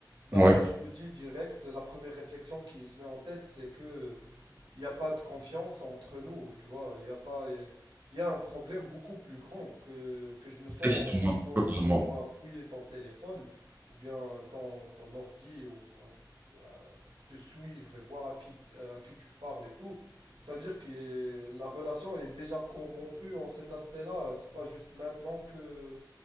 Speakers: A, on the right; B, on the right.
A: bah,
B: Oui,
A: je me dis direct, la première réflexion qui se met en tête, c'est que il n'y a pas de confiance entre nous, tu vois. Il y a pas, il y a un problème beaucoup plus grand que, que je me sens
B: effectivement,
A: au point
B: totalement.
A: que je dois fouiller ton téléphone ou bien ton, ton ordi ou euh, te suivre et voir à qui, à qui tu parles et tout. Ça veut dire que la relation, elle est déjà corrompue en cet aspect-là. C'est pas juste maintenant que,